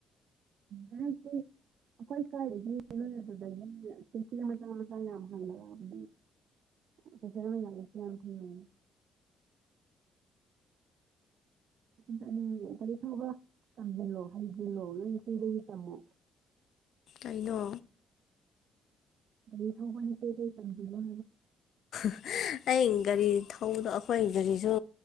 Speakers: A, on the right; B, on the left.
A: ꯎ ꯑꯩꯈꯣꯏ ꯁ꯭ꯋꯥꯏꯗꯒꯤꯣꯏ ꯑꯗꯨꯗꯒꯤ ꯆꯤꯆꯤ ꯃꯆꯥ ꯃꯆꯥ ꯌꯥꯝ ꯍꯪꯕꯂꯛꯑꯕꯅꯤ ꯐꯁꯁꯤ ꯌꯥꯅ ꯊꯅ ꯀꯔꯤ ꯀꯔꯤ ꯊꯧꯕ ꯀꯪꯁꯤꯜꯂꯣ ꯍꯥꯏ ꯏ ꯂꯣ ꯀꯤꯗ ꯀꯤꯇꯃꯣ
B: ꯑꯩꯗꯣ
A: ꯗ ꯊꯥꯎ ꯍꯅꯤ ꯆ ꯆꯪꯕꯤ ꯂ
B: <inaudible> ꯑ ꯒꯥꯔꯤ ꯊꯧꯕꯗꯣ ꯑꯩꯈꯣꯏ ꯒꯥꯔꯤꯁꯨ